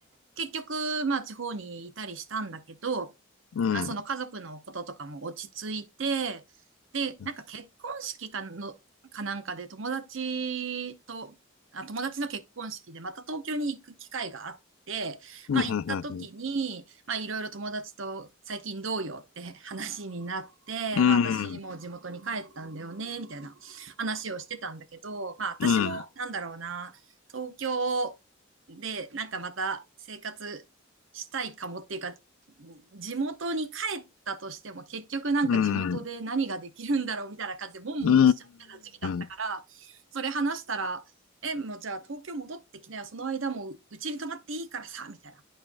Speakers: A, on the right (about 70°); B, on the left (about 85°).
A: 結局、まあ地方にいたりしたんだけど、
B: うん。
A: まあその家族のこととかも落ち着いて、で、
B: うん。
A: なんか結婚式かの、かなんかで友達と、あ、友達の結婚式でまた東京に行く機会があって、
B: うん。
A: まあ行った時に、
B: うん。
A: まあいろいろ友達と最近どうよって話になって、
B: うん。
A: まあ私も地元に帰ったんだよね、みたいな話をしてたんだけど、まあ私もなんだろうな、
B: うん。うん。
A: 東京でなんかまた生活したいかもっていうか、地元に帰ったとしても結局なんか地元で何ができるんだろうみたいな感じでボンボンしちゃってた時期だったから、
B: うんうーん。
A: それ話したら、え、もうじゃあ東京戻ってきなよ、その間もううちに泊まっていいからさ、みたいな。っ